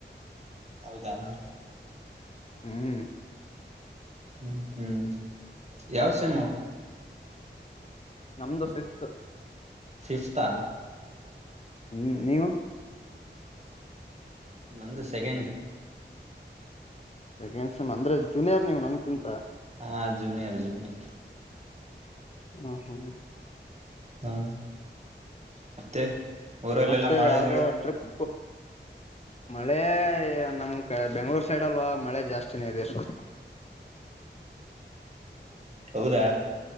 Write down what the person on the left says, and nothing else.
ಹ್ಮಂ
ನಮ್ದು ಸಿಸ್ತು
ಹ್ಮ್ ನೀವು
ಸೆಕೆಂಡ್ ಸಮ್ ಅಂದ್ರೆ ಜೂನಿಯರ್ ನೀವ್ ನನ್ಕಿಂತ
ಹ್ಮ ಹ್ಮ
ಮತ್ತೆ
ಯಾವ್ದೋ
ಟ್ರಿಪ್ ಮಳೆ ನಮ ಬೆಂಗಳೂರ್ ಸೈಡ್ ಅಲ್ವಾ ಮಳೆ ಜಾಸ್ತಿನೇ ಇದೆ ಸ್ವಲ್ಪ